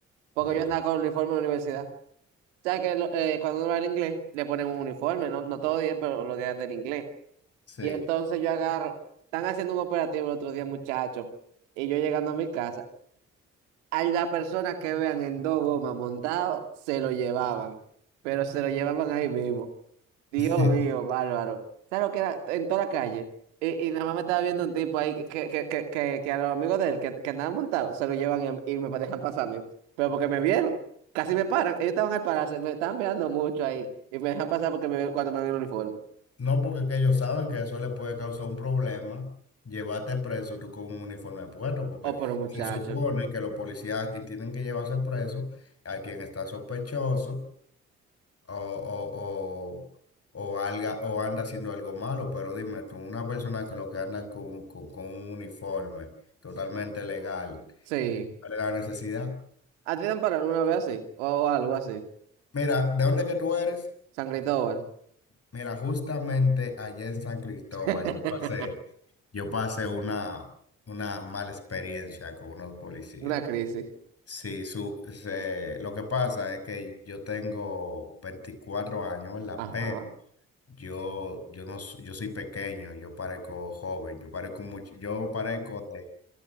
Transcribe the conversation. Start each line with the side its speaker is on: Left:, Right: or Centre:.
Right: Porque
Left: Porque
Right: yo andaba con uniforme en la universidad. ¿Sabes que lo- eh, cuando uno va al inglés, le ponen un uniforme, no, no todos los días, pero los días del inglés.
Left: Sí.
Right: Y entonces yo agarro, están haciendo un operativo el otro día, muchachos, y yo llegando a mi casa, a la persona que vean en dos gomas montado, se lo llevaban, pero se lo llevaban ahí mismo. Dios
Left: <laughs>
Right: mío, bárbaro. ¿Sabes lo que era? En toda la calle. Y, y nada más me estaba viendo un tipo ahí que, que, que, que, que a los amigos de él que, que andaban montados se lo llevan y, y me dejan pasarme. Pero porque me vieron, casi me paran. Ellos estaban al pararse, me estaban mirando mucho ahí. Y me dejan pasar porque me, cuando me ven el uniforme.
Left: No, porque es que ellos saben que eso le puede causar un problema, llevarte preso tú con un uniforme puesto, porque
Right: Oh, pero muchacho.
Left: se supone que los policías a quien tienen que llevarse preso, a quien está sospechoso o, o, o, o, alga- o anda haciendo algo malo, pero dime tú, una persona que lo que anda con, con, con un uniforme totalmente legal,
Right: Sí.
Left: ¿cuál es la necesidad?
Right: ¿A ti te han parado una vez así? O, o algo así.
Left: Mira, ¿de dónde que tú eres?
Right: San Cristóbal.
Left: Mira, justamente allá en San Cristóbal,
Right: <laughs>
Left: yo pasé. Yo pasé una, una mala experiencia con unos policías.
Right: Una crisis.
Left: Sí, su, se- lo que pasa es que yo tengo 24 años, ¿verdad?
Right: Ajá.
Left: Pero yo, yo no, s- yo soy pequeño, yo parezco joven, yo parezco mucho, yo parezco de,